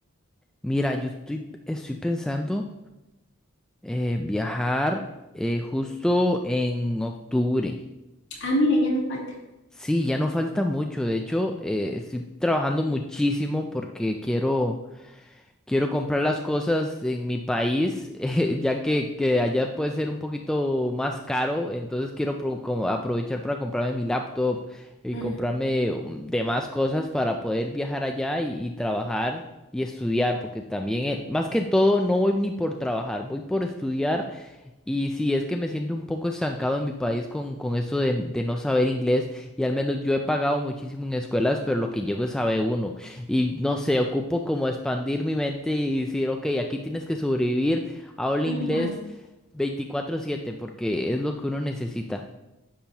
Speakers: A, in the centre; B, on the left.
A: Mira, yo estoy, estoy pensando eh, viajar eh, justo en octubre.
B: Ah, mira, ya no falta.
A: Sí, ya no falta mucho, de hecho, eh, estoy trabajando muchísimo porque quiero... Quiero comprar las cosas en mi país, <laughs> eh, ya que, que allá puede ser un poquito más caro, entonces quiero pro- como aprovechar para comprarme mi laptop y
B: Ujú,
A: comprarme um, demás cosas para poder viajar allá y, y trabajar y estudiar, porque también, eh, más que todo, no voy ni por trabajar, voy por estudiar y si es que me siento un poco estancado en mi país con, con eso de, de no saber inglés, y al menos yo he pagado muchísimo en escuelas, pero lo que llego es a B1. Y no sé, ocupo como expandir mi mente y decir, ok, aquí tienes que sobrevivir, habla
B: ujú.
A: inglés 24/7, porque es lo que uno necesita.